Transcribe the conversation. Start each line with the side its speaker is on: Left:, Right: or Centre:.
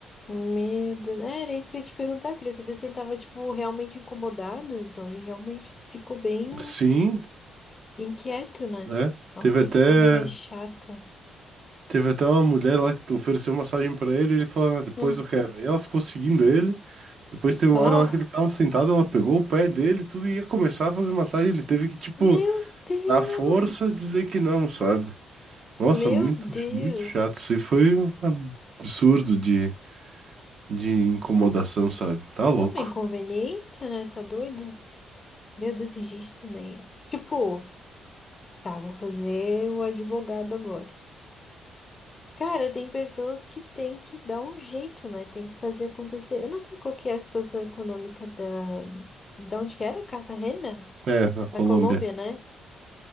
Left: Meu Deus. É, era isso que eu ia te perguntar, queria saber se ele tava, tipo, realmente incomodado. Então ele realmente ficou bem.
Right: Sim,
Left: Inquieto, né?
Right: né?
Left: Nossa,
Right: Teve até.
Left: que coisa mais chata.
Right: Teve até uma mulher lá que ofereceu massagem pra ele, e ele falou, "Ah, depois
Left: Ah.
Right: eu quero. E ela ficou seguindo ele. Depois teve uma
Left: Oh,
Right: hora lá que ele tava sentado, ela pegou o pé dele, e tudo e ia começar a fazer massagem. Ele teve que, tipo,
Left: meu Deus!
Right: na força dizer que não, sabe? Nossa,
Left: Meu
Right: muito,
Left: Deus!
Right: muito chato. Isso aí foi um absurdo de, de incomodação, sabe? Tá louco.
Left: É uma inconveniência, né? Tá doido? Meu Deus, tem gente também. Tipo, tá, vou fazer o advogado agora. Cara, tem pessoas que tem que dar um jeito, né? Tem que fazer acontecer. Eu não sei qual que é a situação econômica da... Da onde que era? Cartagena?
Right: É, a Colômbia.
Left: Da Colômbia, né?